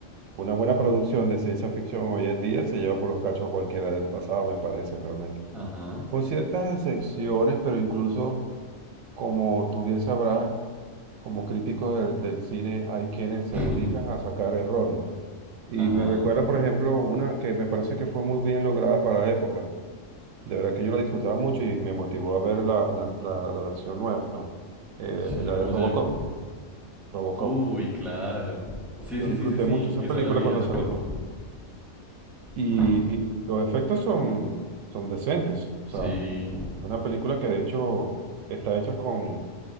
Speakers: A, on the right; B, in the centre.
A: Una buena producción de ciencia ficción hoy en día se lleva por los cachos a cualquiera del pasado, me parece realmente.
B: Ajá.
A: Con ciertas excepciones, pero incluso, como tú bien sabrás, como críticos del, del cine hay quienes se
B: <laughs>
A: dedican a sacar errores. Y
B: Ajá.
A: me recuerda, por ejemplo, una que me parece que fue muy bien lograda para la época. De verdad que yo la disfrutaba mucho y me motivó a ver la, la, la- la versión nueva, eh,
B: Sí,
A: la
B: ¿cómo
A: de Robocop.
B: se llama?
A: Robocop.
B: Uy, claro. Sí,
A: Yo
B: sí,
A: disfruté
B: sí, sí, sí.
A: mucho esa
B: Esa
A: película
B: la vi
A: cuando
B: hace
A: salió.
B: poco.
A: Y,
B: Ujú.
A: y los efectos son, son decentes. O
B: Sí,
A: sea, una película que de hecho está hecha con,